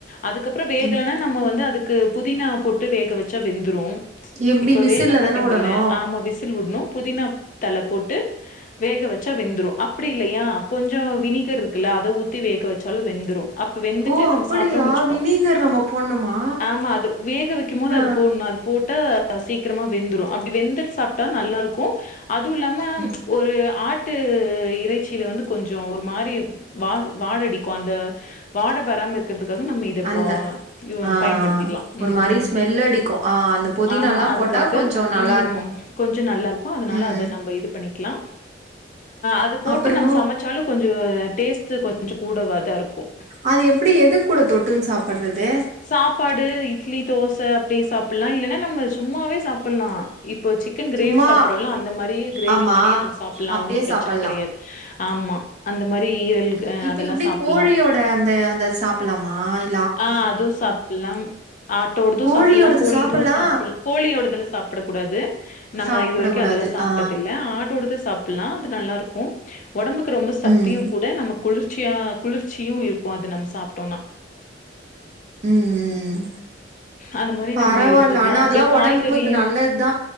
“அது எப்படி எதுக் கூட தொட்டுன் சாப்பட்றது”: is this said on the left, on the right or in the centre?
Right